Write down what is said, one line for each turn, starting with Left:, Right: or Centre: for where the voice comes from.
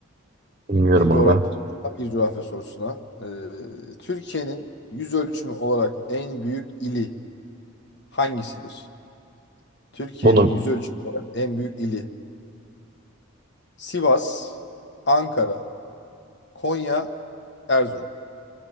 Right: Bilmiyorum
Left: Bir
Right: abi.
Left: coğrafya sorusuna, bir coğrafya sorusuna. Ee, Türkiye'nin yüz ölçümü olarak en büyük ili hangisidir? Türkiye'nin
Right: Bunu
Left: yüz ölçümü olarak en büyük ili. Sivas, Ankara, Konya, Erzurum.